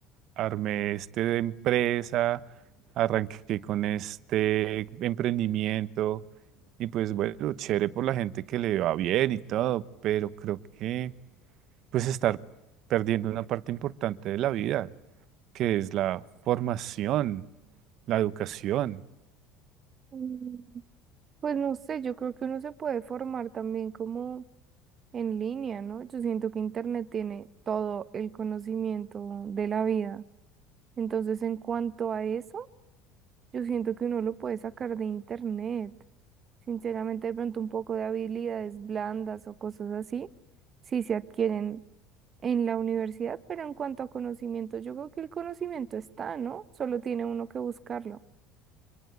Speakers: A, on the right; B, on the right.
A: armé esta empresa, arranqué con este emprendimiento y pues bueno, chévere por la gente que le va bien y todo, pero creo que pues estar perdiendo una parte importante de la vida que es la formación, la educación.
B: Mm, Pues no sé, yo creo que uno se puede formar también como en línea, ¿no? Yo siento que Internet tiene todo el conocimiento de la vida. Entonces, en cuanto a eso, yo siento que uno lo puede sacar de Internet. Sinceramente, de pronto un poco de habilidades blandas o cosas así, sí se adquieren en la universidad, pero en cuanto a conocimiento, yo creo que el conocimiento está, ¿no? Solo tiene uno que buscarlo.